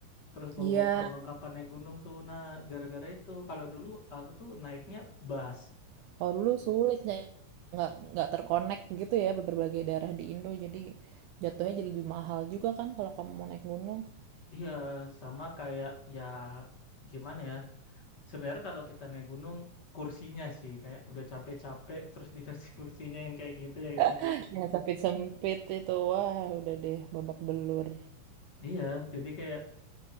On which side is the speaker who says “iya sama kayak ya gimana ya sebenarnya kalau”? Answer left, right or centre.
Left